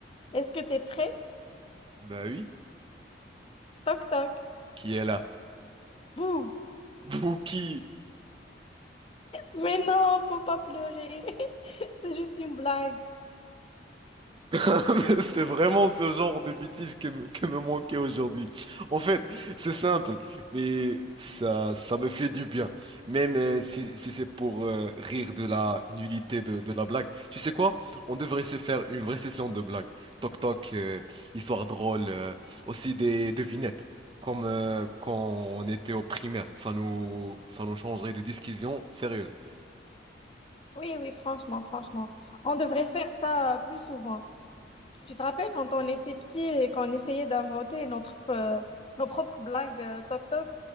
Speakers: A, on the left (about 30°); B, on the right (about 25°).
A: Est-ce que t'es prêt?
B: Bah oui,
A: Toc toc.
B: qui est là?
A: Bouh.
B: Bouki.
A: Mais non, faut pas pleurer. <laughs> C'est juste une blague.
B: <laughs> C'est vraiment ce genre de bêtises que, me- que me manquait aujourd'hui. En fait, c'est simple, mais ça, ça me fait du bien. Même euh, si, si c'est pour euh, rire de la nullité de, de la blague. Tu sais quoi? On devrait se faire une vraie session de blagues. Toc toc, euh, histoire drôle, euh, aussi des devinettes. Comme euh, quand on était au primaire, ça nous, ça nous changerait de discussion sérieuse.
A: Oui, oui, franchement, franchement. On devrait faire ça euh, plus souvent. Tu te rappelles quand on était petits et qu'on essayait d'inventer notre, euh, nos propres blagues euh, toc toc?